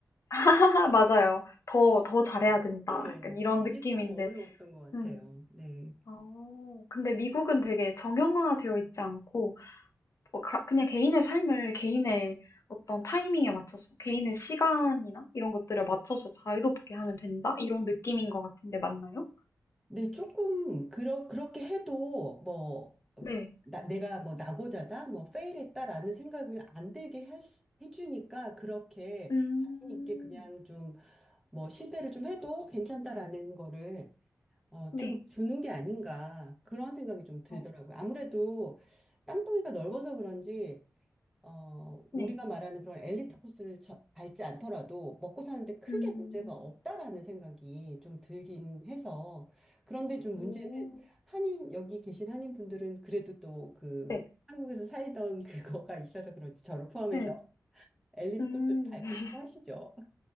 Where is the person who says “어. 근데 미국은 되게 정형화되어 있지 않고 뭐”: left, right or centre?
Left